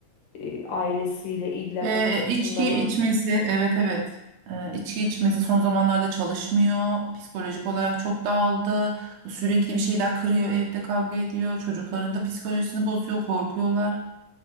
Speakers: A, on the left (about 60°); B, on the right (about 70°).
A: e, ailesiyle ilgilenmek
B: Ee,
A: konusunda
B: içki
A: mı?
B: içmesi, evet evet. Ee, içki içmesi son zamanlarda çalışmıyor. Psikolojik olarak çok dağıldı. Sürekli bir şeyler kırıyor, evde kavga ediyor. Çocukların da psikolojisini bozuyor, korkuyorlar.